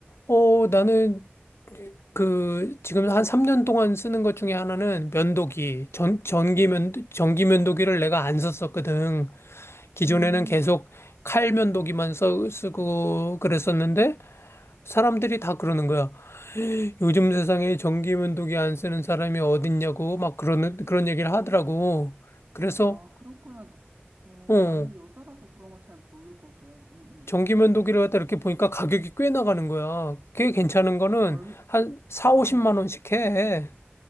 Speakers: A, on the left; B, on the right.
A: 어, 나는 그, 지금 한 3년 동안 쓰는 것 중에 하나는 면도기. 전, 전기 면, 전기 면도기를 내가 안 썼었거든. 기존에는
B: 음,
A: 계속 칼 면도기만 써, 쓰고 그랬었는데 사람들이 다 그러는 거야. 요즘 세상에 전기 면도기 안 쓰는 사람이 어딨냐고 막 그러는 그런 얘기를 하더라고. 그래서
B: 아, 그렇구나. 어,
A: 어
B: 나는 여자라서 그런 거 잘 모르거든. 음, 음. 음.
A: 전기 면도기를 갖다 이렇게 보니까 가격이 꽤 나가는 거야. 꽤 괜찮은 거는
B: 얼,
A: 한 사오십만
B: 어,
A: 원씩 해.